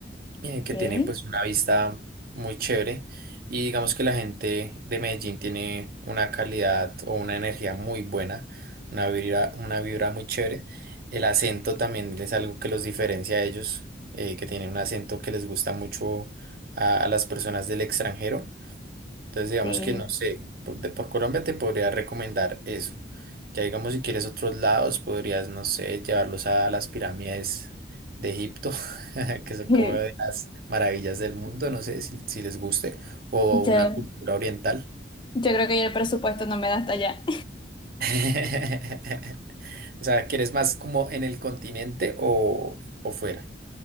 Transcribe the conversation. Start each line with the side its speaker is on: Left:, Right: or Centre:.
Right: eh, que
Left: ¿Qué?
Right: tiene pues una vista muy chévere y digamos que la gente de Medellín tiene una calidad o una energía muy buena, una vibra, una vibra muy chévere. El acento también es algo que los diferencia a ellos, eh, que tienen un acento que les gusta mucho a, a las personas del extranjero. Entonces, digamos
Left: Sí.
Right: que no sé, por, de- por Colombia te podría recomendar eso. Ya digamos, si quieres otros lados, podrías, no sé, llevarlos a las pirámides de Egipto, <laughs> que son
Left: <laughs>
Right: como de las maravillas del mundo, no sé si, si les guste, o
Left: Yo,
Right: una cultura oriental.
Left: yo creo que ya el presupuesto no me da hasta allá.
Right: <laughs> O sea, ¿quieres más como en el continente o, o fuera?